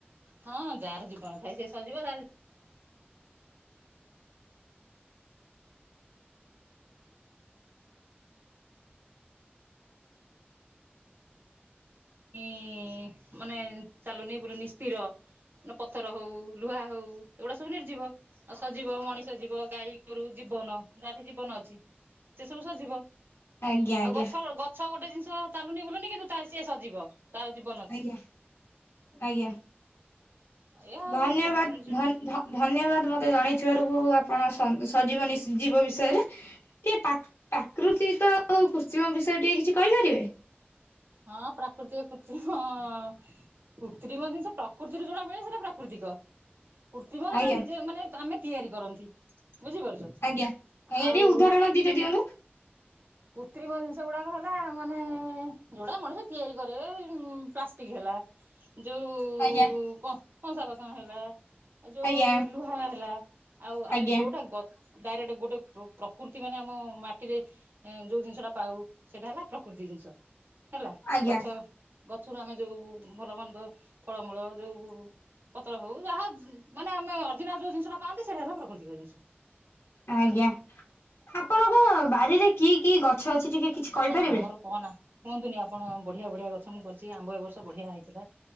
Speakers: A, on the right; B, on the left.
A: ହଁ ଯାହାର ଜୀବନ ଥାଏ ସଜିବ ଯାହାର ଇଁ ମାନେ ଚାଲୁନି ବୁଲନି ସ୍ଥିର। ପଥର ହୋଉ ଲୁହା ହୋଉ ଏଗୁଡା ସବୁ ନିର୍ଜିବ ଆଉ ସଜିବ ମଣିଷ ଜୀବ ଗାଈ ଗୋରୁ ଜୀ ବନ ଯାହାଠି ଜୀବନ ଅଛି ସେ ସବୁ ସଜିବ।
B: ଆଜ୍ଞା ଆଜ୍ଞା
A: ଆଉ ଗଛ ଗଛ ଗୋଟେ ଜିନିଷ ଚାଲୁନି ବୁଲୁନି କିନ୍ତୁ ସିଏ ସଜିବ। ତାର ଜୀବନ ଅଛି।
B: ଆଜ୍ଞା ଆଜ୍ଞା।
A: ଏ ଆଉ
B: ଧନ୍ୟବାଦ
A: ସଜିବ ନିର୍ଜିବ
B: ଧ-ଧ-ଧନ୍ୟବାଦ ମତେ ଜଣେଇ ଥିବାରୁ ଆପଣ ସଜୀବ ନିଶ ଜୀବ ବିଷୟରେ ଟିକେ ପ୍ରା-ପ୍ରାକୃତିକ ଆଉ କୃତ୍ରିମ ବିଷୟରେ ଟିକେ କିଛି କହି ପାରିବେ।
A: ହ ହଁ ପ୍ରାକୃତିକ କୃତ୍ରିମ ହଁ କୃତ୍ରିମ ଜିନିଷ ପ୍ରକୃତିରୁ ଜଣା ପଡିବ ସେଟା ପ୍ରାକୃତିକ। କୃତ୍ରିମ ଯୋଉଟା
B: ଆଜ୍ଞା
A: ନିଜେ ମାନେ ଆମେ ତିଆରି କରନ୍ତି। ବୁଝିପାରୁଚ
B: ଆଜ୍ଞା ଆଜ୍ଞା
A: ଆଉ
B: ଟିକେ ଉଦାହରଣ ଦିଟା ଦିଅନ୍ତୁ
A: କୃତ୍ରିମ ଜିନିଷ ଗୁଡାକ ହେଲା ମାନେ ଯୋଉଡା ମଣିଷ ତିଆରି କରେ ଏ ପ୍ଲାଷ୍ଟିକ ହେଲା ଯୋଉ
B: ଆଜ୍ଞା।
A: କଂସା ବାସନ ହେଲା ଯୋଉ
B: ଆଜ୍ଞା
A: ଲୁହା ହେଲା ଆଉ ଆମେ
B: ଆଜ୍ଞା
A: ଯୋଉଟା ଗ ଡାଇରେକ୍ଟ ଗୋଟେ ପ-ପ୍ରକୃତି ମାନେ ଆମ ମାଟିରେ ଯୋଉ ଜିନିଷ ଟା ପାଉ ସେଇଟା ହେଲା ପ୍ରାକୃତି ଜିନିଷ ହେଲା
B: ଆଜ୍ଞା
A: ଗଛ ଗଛରୁ ଆମେ ଯୋଉ ଭଲ ମନ୍ଦ ଫଳମୂଳ ଯୋଉ ପତ୍ର ହୋଉ ଯାହା ମାନେ ଆମେ ଅର୍ଜିନାଲ ଯୋଉ ଜିନିଷଟା ପାଆନ୍ତି ସେଇଟା ହେଲା ପ୍ରାକୃତିକ ଜିନିଷ।
B: ଆଜ୍ଞା ଆପଣଙ୍କ ବାରିରେ କି କି ଗଛ ଅଛି ଟିକେ କିଛି କହିପାରିବେ?
A: ଏ ଆମର କହନା କୁହନ୍ତୁନି ଆପଣ ବଢିଆ ବଢିଆ ଗଛ ମୁଁ କରିଚି ଆମ୍ବ ଏ ବର୍ଷ ବଢିଆ ହେଇଥିଲା।